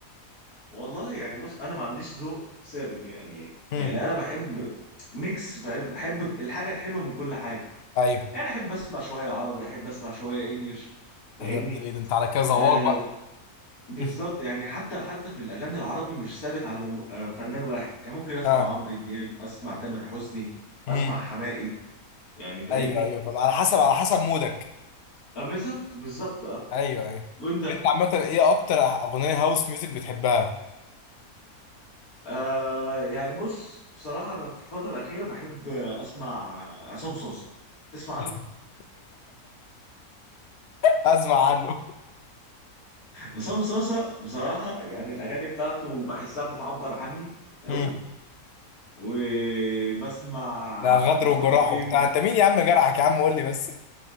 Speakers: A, on the left; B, on the left.
A: والله يعني بص انا ما عنديش ذوق ثابت يعني
B: هم.
A: يعني انا بحب ميكس فاهم بحب الحاجه الحلوه من كل حاجه
B: ايوه
A: يعني احب اسمع شويه عربي احب اسمع شويه انجليش فاهمني
B: يا ابن الايه ده انت على كده زواق
A: آه
B: بقى
A: بالظبط
B: <laughs>
A: يعني حتى حتى في الاغاني العربي مش ثابت على مم... آه فنان واحد يعني ممكن اسمع
B: ها
A: عمرو دياب اسمع تامر حسني اسمع
B: هم.
A: حماقي يعني فاهمني
B: ايوه ايوه فاهم على حسب على حسب مودك
A: آه بالظبط بالظبط اه
B: ايوه ايوه
A: وانت
B: انت عامه ايه اكتر اغنيه هاوس ميوزك بتحبها
A: آه يعني بص بصراحه انا في الفتره الاخيره بحب آه، اسمع آه، عصام صوصه تسمع عنه
B: <laughs> اسمع عنه
A: عصام صوصه بصراحه يعني الاغاني بتاعته بحسها بتعبر عني قوي
B: هم.
A: وبسمع
B: لا غدر
A: مصطفى
B: وجراح
A: الجن
B: وبتاع انت مين يا عم جرحك يا عم قول لي بس